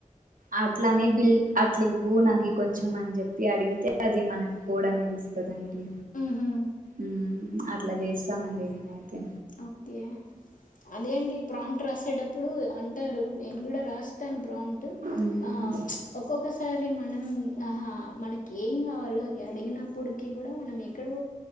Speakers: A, on the right (about 85°); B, on the left (about 75°).
A: అట్లానే బిల్ అట్లు ఇవ్వు నాకు కొంచెం అని చెప్పి అడిగితే అది మనకు కోడ్ అనేది ఇస్తుందండి
B: ఉహు
A: ఉమ్ అట్లా చేస్తానండి నేనైతే
B: ఓకే. అదే అండి ఈ ప్రాంప్ ట్ రాసేటప్పుడు అంటారు నే నేను కూడా రాస్తాను ప్రాంప్ట్
A: మ్మ్
B: ఆ ప్చ్ ఒక్కొక్కసారి మనం ఆహా మనకి ఏం కావల్లో అది అడిగినప్పుడుకి కూడా మనం ఎక్కడో